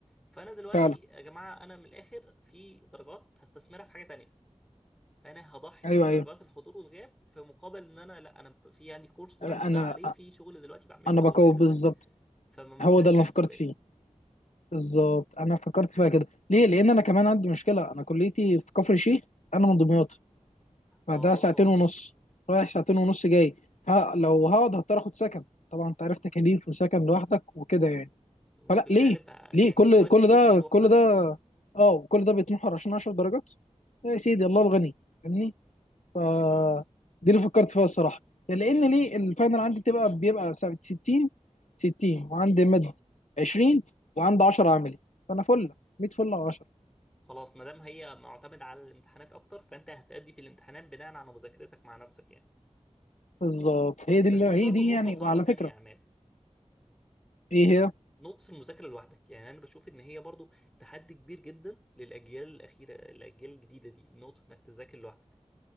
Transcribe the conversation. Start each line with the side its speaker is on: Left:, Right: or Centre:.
Centre: فانا دلوقتي
Left: فعلا
Centre: يا جماعة انا من الاخر في درجات هستثمرها في حاجة تانية فانا هضحي
Left: ايوه
Centre: بدرجات
Left: ايوه
Centre: الحضور والغياب في مقابل ان انا لا انا في عندي كورس دلوقتي
Left: انا
Centre: شغال عليه في شغل دلوقتي بعمله
Left: انا
Centre: او
Left: بقوي
Centre: ما الى
Left: بالظبط
Centre: ذلك فما منزلش
Left: هو ده اللي
Centre: الكلية
Left: انا فكرت فيه بالظبط انا فكرت فيها كده ليه لان انا كمان عندي مشكله انا كليتي في كفر الشيخ انا من دمياط فده
Centre: اه
Left: ساعتين ونص رايح ساعتين ونص جاي ها لو هقعد هضطر اخد سكن طبعا انت عارف تكاليف وسكن لوحدك وكده يعني
Centre: وفي
Left: فلا
Centre: الغالب
Left: ليه
Centre: ه-
Left: ليه
Centre: يعني
Left: كل
Centre: في وقت
Left: كل
Centre: كتير
Left: ده
Centre: هيروح
Left: كل
Centre: بقى
Left: ده اه كل ده بيتمحور عشان 10 درجات يا سيدي الله الغني يعني ف
Centre: اه
Left: دي اللي فكرت فيها الصراحه يعني لان ليه الفاينل عندي بتبقى بيبقى ساعة 60 60 وعندي مد 20 وعندي 10 عملي فانا فل 100 فل على 10
Centre: خلاص ما دام هي معتمدة على الامتحانات اكتر فانت هتأدي في الامتحانات بناء على مذاكرتك مع نفسك يعني
Left: بالظبط هي دي
Centre: بس
Left: اللي
Centre: دي
Left: هي
Centre: برضو
Left: دي
Centre: نقطة
Left: يعني
Centre: صعبة
Left: وعلى
Centre: تانية
Left: فكره
Centre: يا عماد
Left: ايه هي
Centre: نقطة المذاكرة لوحدك يعني انا بشوف ان هي برضو تحدي كبير جدا للاجيال الاخيرة الاجيال الجديدة دي نقطة انك تذاكر لوحدك